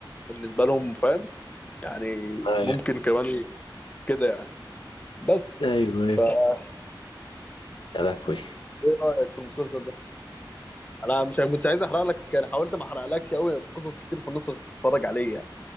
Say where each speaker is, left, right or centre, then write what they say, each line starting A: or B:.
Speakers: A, on the left; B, on the left.
A: بالنسبه لهم فاهم يعني
B: ايوه
A: ممكن كمان كده يعني بس
B: ايوه ايوه
A: فانت
B: يا لهوي
A: ايه رايك في المسلسل ده؟ انا مش كنت عايز احرق لك يعني حاولت ما احرقلكش قوي في قصص كتير في النص عشان تتفرج عليه يعني